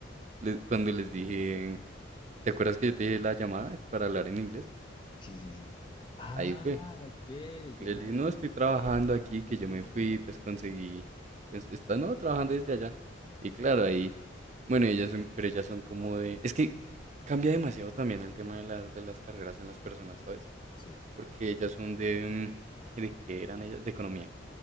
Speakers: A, on the right; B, on the left.
A: le- cuando les dije, ¿te acuerdas que yo te dije la llamada para hablar en inglés?
B: Sí, sí, sí. Ah,
A: Ahí fue.
B: ok,
A: que
B: bien
A: Le dije,
B: ahí,
A: no, estoy trabajando aquí,
B: bien
A: que
B: ahí,
A: yo me fui,
B: bien ahí.
A: pues conseguí, pues, está, no, trabajando desde allá. Y claro, ahí, bueno, ellas son, pero ellas son como de, es que cambia demasiado también el tema de, las de las carreras en las personas, ¿sabes?
B: Sí,
A: Porque ellas son de, mm, ay, ¿de qué eran ellas? De economía.